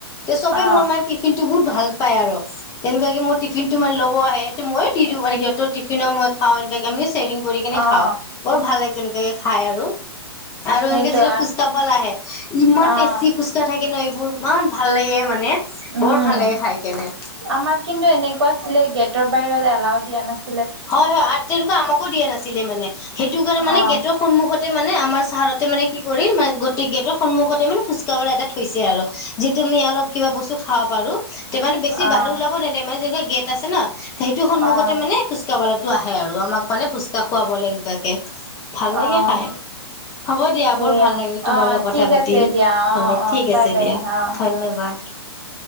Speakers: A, on the left; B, on the right.
A: তে চবে
B: অ
A: মোৰ মানে টিফিনটো বহুত ভাল পায় আৰু তেনেকুৱাকে মোৰ টিফিনটো মানে, ল'ব আহে। মইও দি দিও মানে সিহঁতৰ টিফিনও মই খাওঁ, এনেকে আমি চেয়াৰিং কৰি কেনে
B: অ
A: খাওঁ, বৰ ভাল লাগে তেনকে খাই আৰু আৰু
B: সেইটো
A: এনেকে যিটো
B: আ
A: <unintelligible> আহে, ইমান
B: অ
A: টেষ্টি ফুচকা থাকে নহ এইবোৰ ইমান ভাল লাগে মানে,
B: উম,
A: বৰ ভাল লাগে, খাই কেনে।
B: আমাক কিন্তু এনেকুৱা আছিলে, গেটৰ বাহিৰত এলাও দিয়া নাছিল।
A: হয়, হয়, আৰু তেনেকুৱা আমাকো দিয়া নাছিলে মানে। সেইটো কাৰণে মানে,
B: অ',
A: গেটৰ সন্মুখতে মানে আমাৰ পাহাৰতে মানে কি কৰিম, গতিকে এইটো সন্মুখতে মানে <unintelligible> এটা থৈছে আৰু যি তুমি অলপ কিবা বস্তু খাব পাৰোঁ <unintelligible> বেছি
B: অ',
A: বাহিৰ ওলাব নেদে, মানে যেনেকুৱা গেট আছে নহ সেইটো সন্মখতে
B: অ',
A: মানে <unintelligible> আহে আৰু আমাক মানে ফুচকা খুৱাবলে এনেকুৱাকে, ভাল লাগে
B: অ',
A: খাই। হ'ব দিয়া,
B: সেইয়া
A: বৰ ভাল লাগিল তোমাল
B: অ',
A: লগত কথা
B: ঠিক
A: পাতি।
B: আছে দিয়া
A: হয়,
B: অ', অ',
A: ঠিক
B: বাই
A: আছে
B: বাই
A: দিয়া
B: অ'।
A: ধন্যবাদ।